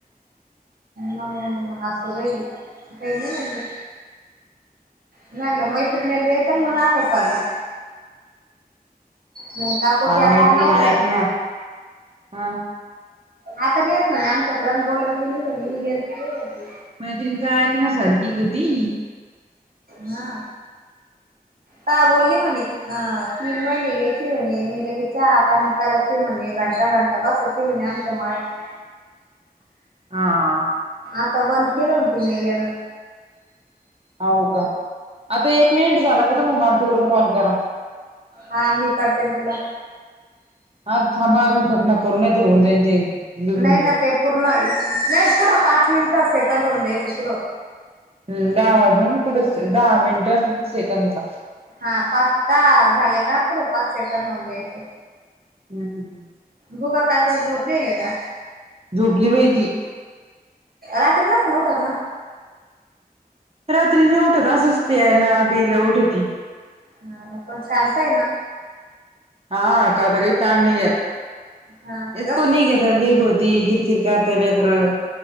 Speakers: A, on the right; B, on the right.
A: मंग हसू राहिली पहिली म्हणली मी म्हणलं मैत्रिणी आणले चल मंग अस पला मंग ता होते
B: हा
A: आता
B: मैत्रीण
A: आम्ही ऑफडं
B: ऐकणार हा
A: आता नय येत म्हणे आमच्याकड बोलत बी नय म्हणे येत बी नाय म्हणती.
B: मैत्रिणचा ऐकण्यासारखी की ग ती
A: हा कां बोलली म्हणे हा तीन महिने यायचीय म्हणे मी लगेच चहा पाणी करायची म्हणे घंटा घंटा बसाय चय आमच्या मळ्यात
B: हा
A: आता बंद केलं म्हणती मी येन
B: हाव का आता एक मिनिट झाला का तुम्ही मला तिकडून कॉल करा.
A: हा मी करते न तुला
B: थांब थांबा अजून कट नका करू नायतर होऊन जाईन ते बिघडून
A: नाय ना ते पूर्ण नाही पुढं पाच मिनिटं सेकंद होऊन द्यायच पुढं
B: हम्म दहा वाजून पुठ दहा मिनिट सेकंद का
A: हा पाचता झाले का पुढं पाच सेकंद जाऊन द्यायचे.
B: हूं हूं
A: बुगा काय कर झोपेली का?
B: झोपली बाई ती
A: रात्री नसण उठत ना
B: रात्री नय उठत असंच प्यायला बियला उठती.
A: हा म पण शांत आहे ना.
B: हा आता काय ताण नाही येत.
A: हा
B: हेच
A: जस
B: कोणी
A: जस
B: घेता देईत होती किरकिर करता लेकरं